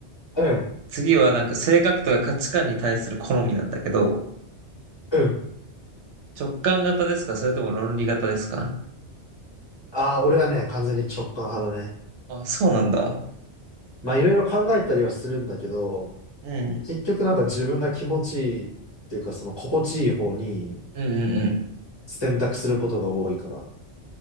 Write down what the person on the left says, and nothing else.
うん。
うん。
ああ、俺はね、完全に直感派だね。
まあ、いろいろ考えたりはするんだけど、
結局なんか自分が気持ちいいっていうか、その心地いい方に、
選択することが多いかな。